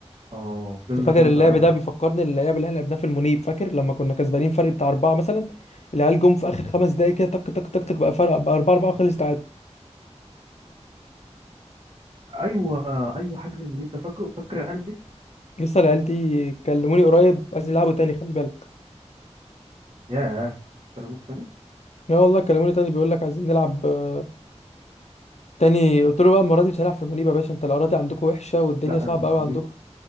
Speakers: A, on the right; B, on the left.
A: اه فضلنا
B: أنا فاكر
A: كده
B: اللعب
A: بقى يا
B: ده
A: عم
B: بيفكرني اللعب اللي احنا لعبناه في المنيب فاكر لما كنا كسبانين فرق بتاع اربعه مثلا العيال جم في اخر خمس دقايق كده تك تك تك تك بقى فرق بقى اربعه اربعه وخلص
A: ايوه ايوه حجز المنيب ده فاكره فاكر العيال دي
B: لسه العيال دي كلموني قريب عايزين يلعبوا تاني خلي بالك
A: ياه ترموك تاني
B: يا والله كلموني تاني بيقول لك عايزين نلعب آه، تاني قلت له بقى المره دي مش هنلعب في منيبه يا باشا انت الاراضي عندكم وحشه والدنيا
A: لا
B: صعبه
A: يا عم المنيب
B: قوي عندكم